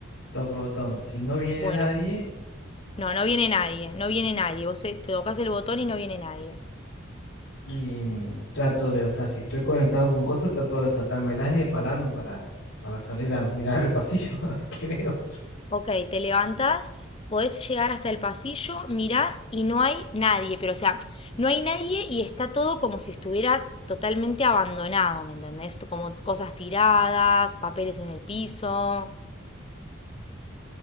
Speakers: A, on the left (about 90°); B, on the left (about 25°).
A: toco el botón. Si no viene
B: Bueno,
A: nadie
B: no, no viene nadie, no viene nadie. Vos te tocas el botón y no viene nadie.
A: y mm, trato de, o sea, si estoy conectado con cosas, trato de sacármelas y de pararme para, para salir a mirar al pasillo <laughs> a ver qué veo.
B: Ok, te levantas, podés llegar hasta el pasillo, mirás y no hay nadie, pero o sea, no hay nadie y está todo como si estuviera totalmente abandonado, ¿me entendés? Como cosas tiradas, papeles en el piso,